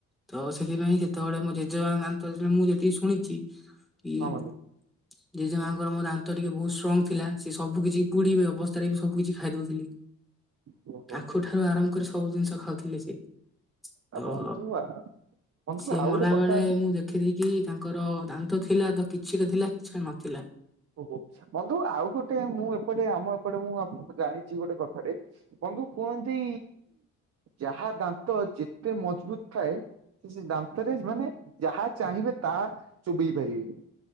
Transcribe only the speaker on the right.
ବନ୍ଧୁ
ହଁ ହଁ
ବନ୍ଧୁ ଓହୋ
ଆ
ବନ୍ଧୁ ବନ୍ଧୁ
ଆଉ
ଗୋଟେ କଥା
ଓହୋ ବନ୍ଧୁ ଆଉ ଗୋଟେ ମୁଁ ଏପଟେ ଆମ ଏପଟେ ମୁଁ ଜାଣିଚି ଗୋଟେ କଥାଟେ ବନ୍ଧୁ କୁହନ୍ତି ଯାହା ଦାନ୍ତ ଯେତେ ମଜବୁତ୍ ଥାଏ ସେ ଦାନ୍ତରେ ମାନେ ଯାହା ଚାହିଁବେ ତାହା ଚୋବେଇ ପାରିବେ।